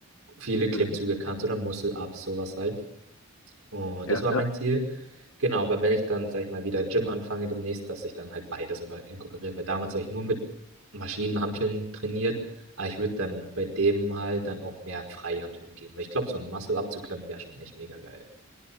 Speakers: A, on the right (about 80°); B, on the left (about 65°).
A: viele Klimmzüge
B: Mhm.
A: kannst oder Muscle-Ups, sowas halt. Und
B: Ja,
A: das war
B: ja.
A: mein Ziel. Genau, aber wenn ich dann, sag ich mal, wieder Gym anfange demnächst, dass ich dann halt beides einfach inkorporiere, weil damals habe ich nur mit Maschinenhanteln trainiert, aber ich würde dann bei dem halt dann auch mehr Freihanteln gehen, weil ich glaube, so ein Muscle-Up zu können wäre schon echt mega geil.